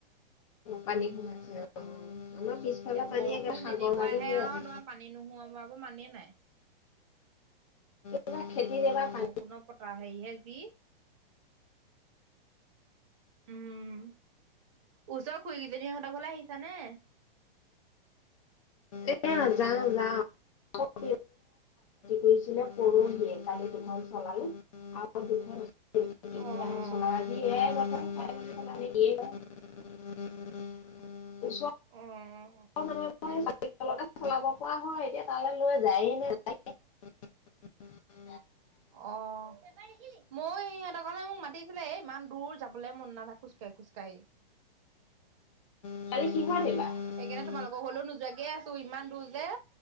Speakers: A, on the left; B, on the right.
A: পানী সোমাইছে। আমাৰ পিছফালে
B: এ
A: পানী
B: বৰষুণ
A: একে সাগৰ
B: যেনেকুৱাহে
A: আদি হৈ
B: আৰু
A: আছে।
B: তোমাৰ পানী নোহোৱাাব আকৌ মানেই নাই।
A: এইবাৰ খেতিত এবাৰ পানী
B: বৰষুণৰ বতৰ হেৰি হে যি। উম, ওচৰৰ খুুৰীকেইজনী হঁতৰ ঘৰলে আহিছানে।
A: এ যাওঁ যাওঁ। <unintelligible> কৰিছিলে পৰহিয়ে কালি তোমাল চলালে আৰু দুখন এতিয়া
B: অ', অ'।
A: চলা আজি <unintelligible>
B: অ', অ'।
A: <unintelligible> চলাব পৰা হয় এতিয়া তালৈ লৈ যায় নে নেযায়। <inaudible>
B: অ' মই সিহঁতৰ ঘৰলে মোক মাতিছিলে এ ইমান দূৰ যাবলৈ মন নাযায় খোজ কঢ়ি খোজকাঢ়ি।
A: <unintelligible> <unintelligible>
B: সেইকাৰণে তোমালোকৰ ঘৰলে নোযোৱাকে আছো তোৰ ইমান দূৰ যে,